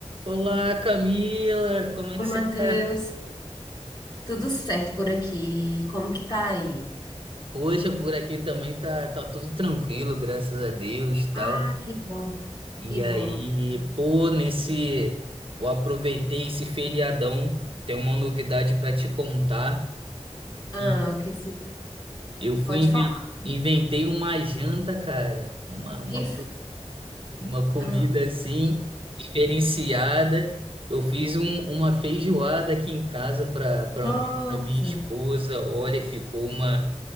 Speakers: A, on the right (about 50°); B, on the left (about 40°).
A: Olá, Camila, como é
B: Oi,
A: que
B: Matheus.
A: você tá?
B: Tudo certo por aqui? Como que tá aí?
A: Poxa, por aqui também tá, tá tudo tranquilo, graças a Deus, tal.
B: Ah, que bom,
A: E
B: que bom.
A: aí, pô, nesse, eu aproveitei esse feriadão, tem uma novidade para te contar que
B: Ah, o que se
A: eu fui
B: pode
A: inven-
B: falar?
A: inventei uma janta, cara, uma, uma
B: E, f-
A: uma comida
B: ah,
A: assim diferenciada. Eu fiz um- uma feijoada aqui em casa para
B: nossa.
A: para mim, para minha esposa. Olha, ficou uma